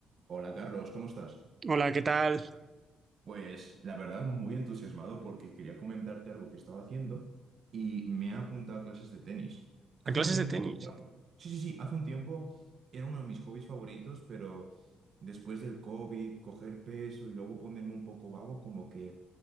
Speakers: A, on the right; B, on the right.
A: Hola Carlos, ¿cómo estás?
B: Hola, ¿qué tal?
A: Pues la verdad muy entusiasmado porque quería comentarte algo que estaba haciendo y me he apuntado a clases de tenis. Hace
B: ¿A clases
A: un tiempo,
B: de tenis?
A: sí, sí, sí, hace un tiempo era uno de mis hobbies favoritos, pero después del COVID, coger peso y luego ponerme un poco vago, como que